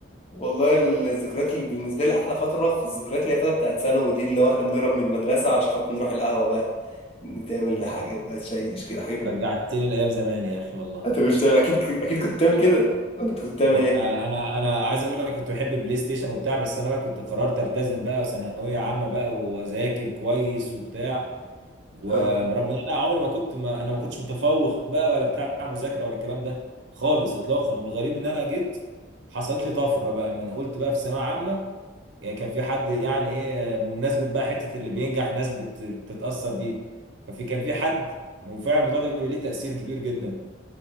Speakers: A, on the left; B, on the right.
A: والله الذكريات اللي بالنسبه لي احلى فتره في الذكريات اللي هي الفتره بتاعت ثانوي دي اللي هو احنا بنهرب من المدرسه علشان خاطر نروح القهوه بقى تعمل
B: يا
A: حاجات بقى تشيش كده حاجات
B: رجعتني
A: من-
B: لايام زمان يا اخي والله
A: انت كنت بتعمل- اكيد اكيد كنت بتعمل كده انت كنت بتعمل ايه
B: أنت- آه، انا انا عايز اقول لك كنت بحب البلاي ستيشن وبتاع بس انا بقى كنت قررت التزم بقى ثانويه عامه بقى واذاكر كويس وبتاع ورغم
A: اه
B: ان انا عمري ما كنت ما انا ما كنتش متفوق بقى ولا بتاع مذاكره ولا الكلام ده خالص اطلاقا والغريب ان انا جيت حصلت لي طفره بقى من قلت بقى في ثانويه عامه يعني كان في حد يعني ايه بمناسبه بقى حته اللي بينجح ناس بت- بتتاثر بيه ففي كان في حد وفعلا الموضوع ده بيبقى ليه تاثير كبير جدا